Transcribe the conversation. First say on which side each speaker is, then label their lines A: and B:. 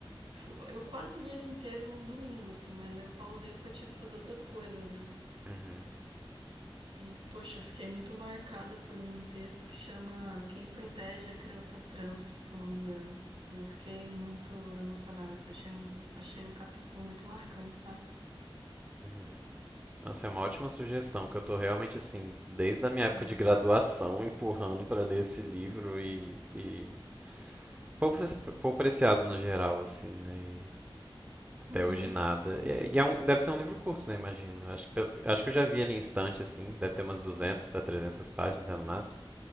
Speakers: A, on the right; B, on the right.
A: flu- Eu quase li ele inteiro num domingo, assim, mas eu pausei porque eu tinha que fazer outras coisas, né?
B: uhum,
A: E, poxa, eu fiquei muito marcada por um texto que chama Quem Protege a Criança Trans, se eu não me engano. E eu fiquei muito emocionada, assim, achei um, achei um capítulo muito marcante, sabe?
B: uhum. Nossa, é uma ótima sugestão, que eu tô realmente, assim, desde a minha época
A: É.
B: de graduação, empurrando pra ler esse livro e, e pouco preci- pouco apreciado no geral, assim, né? E Até
A: Uhum.
B: hoje nada. E e é um, deve ser um livro curto, né? Imagino. Acho que, pelo- acho que eu já vi ele em estante, assim. Deve ter umas 200 para trezentas páginas, né, no máximo.